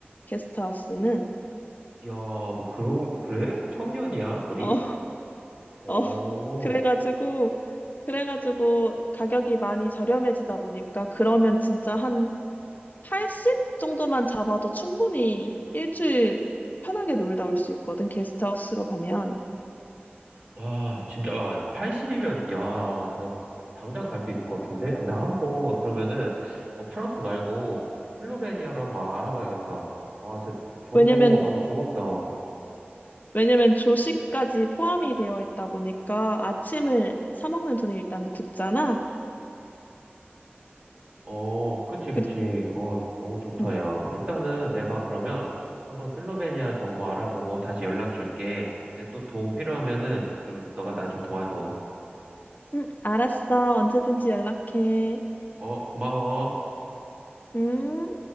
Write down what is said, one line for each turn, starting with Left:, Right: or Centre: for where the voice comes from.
Left: 게스트하우스는.
Right: 야, 뭐 그런, 그래? 청년이야, 우리?
Left: 어, <laughs>
Right: 어,
Left: 어. 그래가지고, 그래가지고 가격이 많이 저렴해지다 보니까 그러면 진짜 한 80 정도만 잡아도 충분히 일주일 편하게 놀다 올 수 있거든. 게스트하우스로 가면.
Right: 와, 진짜, 와 80이면, 야, 나 당장 갈 수 있을 것 같은데? 근데 한번, 그러면은, 어, 프랑스 말고, 슬로베니아로 한번 알아봐야겠다. 아, 저 정보
Left: 왜냐면,
Right: 너무 고맙다.
Left: 왜냐면 조식까지 포함이 되어 있다 보니까 아침을 사 먹는 돈이 일단 굳잖아.
Right: 어, 그치, 그치.
Left: 그리,
Right: 어, 너무 좋다,
Left: 응,
Right: 야. 일단은 내가 그러면 한번 슬로베니아 정보 알아보고 다시 연락 줄게. 내 또 도움 필요하면은 좀 너가 나 좀 도와줘.
Left: 응, 알았어. 언제든지 연락해.
Right: 어, 고마워.
Left: 응?